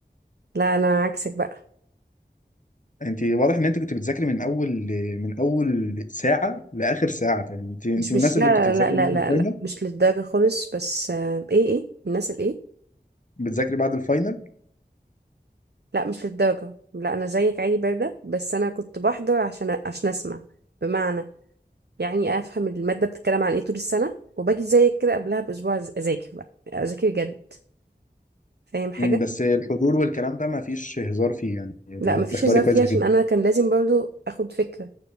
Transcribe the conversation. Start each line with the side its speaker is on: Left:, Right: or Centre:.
Right: لا انا عكسك بقى
Left: انت واضح ان انت كنت بتذاكري من اول من اول ساعه لاخر ساعه يعني انت انت
Right: مش
Left: من
Right: مش
Left: الناس
Right: لا
Left: اللي كنت بتذاكري
Right: لا لا لا
Left: بعد
Right: لا,
Left: الفاينل
Right: لا. مش للدرجة خالص بس آه، ايه ايه الناس الايه
Left: بتذاكري بعد الفاينل
Right: لا مش للدرجة لا أنا زيك عادي باردة بس أنا كنت بحضر عشان عشان أسمع بمعنى يعني أفهم المادة بتتكلم عن إيه طول السنة وباجي زيك كده قبلها بأسبوع أز- أذاكر بقى أذاكر جد فاهم حاجة
Left: أمم، بس الحضور والكلام ده ما فيش هزار فيه يعني
Right: لا
Left: بتحضري
Right: مفيش هزار
Left: كويس
Right: فيه
Left: جدا
Right: عشان أنا كان لازم برضو أخد فكرة